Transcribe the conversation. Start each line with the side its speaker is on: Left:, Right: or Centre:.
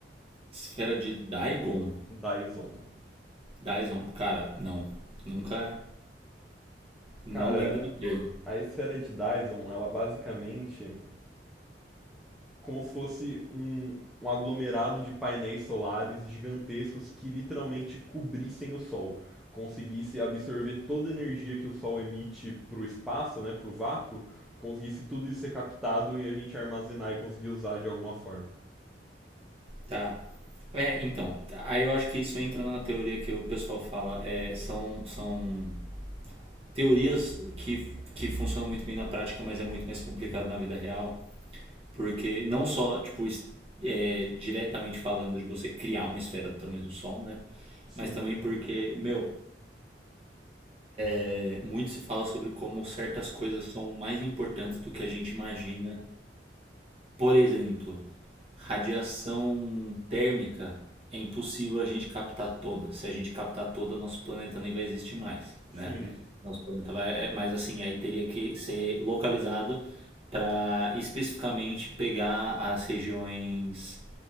Right: esfera de Daigon.
Centre: Dyson.
Right: Daison. Cara, não. Nunca. Não
Centre: Cara,
Right: lembro do termo.
Centre: a esfera de Dyson, ela basicamente como se fosse um, um aglomerado de painéis solares gigantescos que literalmente cobrissem o Sol, conseguisse absorver toda a energia que o Sol emite para o espaço, né, para o vácuo, conseguisse tudo isso ser captado e a gente armazenar e conseguir usar de alguma forma.
Right: Tá. É, então, aí eu acho que isso entra na teoria que o pessoal fala. É, são, são teorias que, que funcionam muito bem na prática, mas é muito mais complicado na vida real. Porque não só, tipo, es- é, diretamente falando de você criar uma esfera do tamanho do Sol, né?
Centre: Sim,
Right: Mas também porque, meu, é, muito se fala sobre como certas coisas são mais importantes do que a gente imagina. Por exemplo, radiação térmica é impossível a gente captar toda. Se a gente captar toda, nosso planeta nem vai existir mais,
Centre: sim,
Right: né? Nosso planeta vai, é, mas assim, aí teria que ser localizado para especificamente pegar as regiões